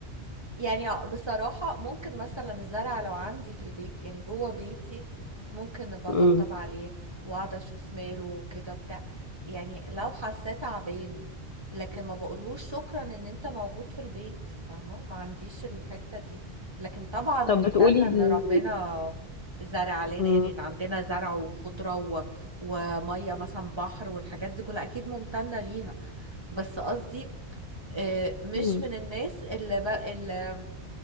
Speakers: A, on the right (about 25°); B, on the left (about 45°).
A: يعني بصراحة ممكن مثلا الزرع لو عندي في البيت يعني جوه بيتي ممكن بطبطب
B: امم
A: عليه واقعد اشوف ماله كده بتاع يعني لو حسيت تعبان لكن ما بقولهوش شكرا ان انت موجود في البيت فاهمة ما عنديش الحتة دي لكن طبعا ممتنة
B: طب بتقولي
A: ان
B: ال...
A: ربنا زرع علينا
B: مم.
A: يعني ان عندنا زرع وخضرة و... ومية مثلا بحر والحاجات دي كلها اكيد ممتنة ليها بس قصدي آه، مش
B: مم.
A: من الناس اللي, ب... اللي